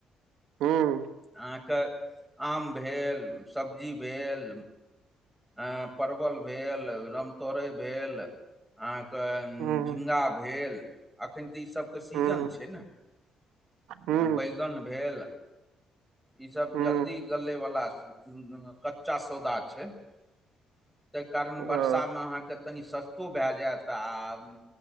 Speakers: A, on the right; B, in the centre.
A: हँ
B: अहाँक आम भेल सब्जी भेल ह परवल भेल रामतोरैभेल अहाँके
A: हू
B: झिङगा भेल अखैन तऽ ई सबके सीजन
A: हू
B: छै न
A: हू हू
B: बैगन भेल इसभ
A: हू
B: जल्दी गलेवला कच्चा सौदा छै ताहि कारण वर्षामे
A: अ
B: अहाँके कनि सस्तो भए जायत आ